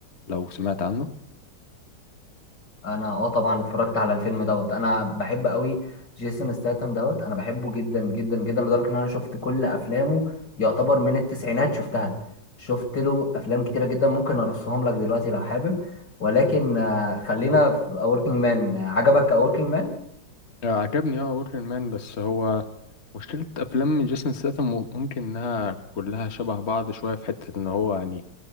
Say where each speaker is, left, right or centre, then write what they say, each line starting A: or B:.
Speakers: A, on the left; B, on the left.
A: لو سمعت عنه
B: انا اه طبعا اتفرجت على الفيلم دوت انا بحب قوي جيسون ستاثام دوت انا بحبه جدا جدا جدا لدرجه ان انا شفت كل افلامه يعتبر من التسعينات شفتها شفت له افلام كتيره جدا ممكن ارصهم لك دلوقتي لو حابب ولكن آه، خلينا في اوركينج مان عجبك اوركينج مان
A: آه، عجبني اه A Working Man بس هو مشكلة أفلام جيسون ستاثام ممكن إنها كلها شبه بعض شوية في حتة إن هو يعني